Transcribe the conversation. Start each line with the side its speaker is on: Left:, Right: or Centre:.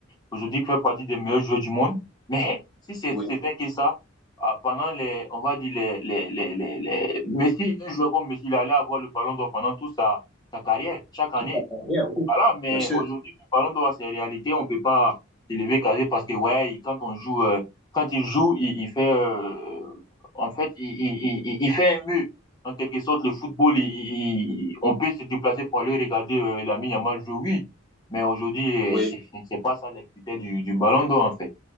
Left: aujourd'hui fait partie des meilleurs joueurs du monde. Mais si c'était
Centre: Oui,
Left: que ça, ah, pendant les, on va dire les, les, les, les, les Messi, un joueur comme Messi, il allait avoir le ballon d'or pendant toute sa, sa carrière, chaque année.
Centre: tout à fait. Bien, oui,
Left: Voilà, mais
Centre: bien sûr.
Left: aujourd'hui, le ballon d'or, c'est réalité. On peut pas s'élever carré parce que, ouais, il- quand on joue, euh, quand il joue, il, il fait, euh, en fait, il, il, il, il fait un mur. En quelque sorte, le football, il, il- il- on peut se déplacer pour aller regarder euh, Lamine Yamal jouer, oui. Mais aujourd'hui, eh,
Centre: Oui,
Left: c'est c'est- c'est pas ça l'activité du, du ballon d'or, en fait.